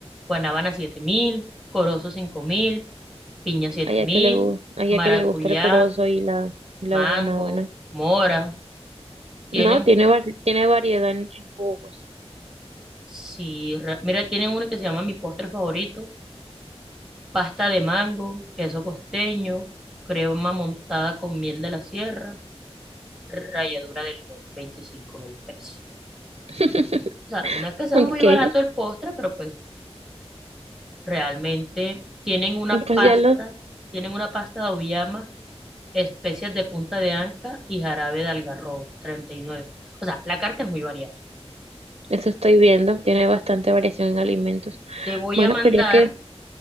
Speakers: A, in the centre; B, on the right.
A: guanábana 7.000, corozo 5.000, piña siete
B: Allá
A: mil,
B: que le gusta, allá
A: maracuyá,
B: que le gusta el corozo y la, la
A: mango,
B: guanábana.
A: mora. Tienen,
B: No, tiene, var- tiene variedad en, en jugos.
A: si, re- mira, tienen uno que se llama mi postre favorito, pasta de mango, queso costeño, crema montada con miel de la sierra, ralladura de limón, veinticinco mil pesos.
B: <laughs>
A: O sea, no es que sea
B: Ok,
A: muy barato el postre, pero pues realmente tienen una
B: pues
A: pasta,
B: ya lo,
A: tienen una pasta de auyama especies de punta de anca y jarabe de algarrobo, treinta y nueve O sea, la carta es muy variada.
B: eso estoy viendo. Tiene bastante variación en alimentos.
A: Te voy
B: Bueno,
A: a mandar,
B: creería que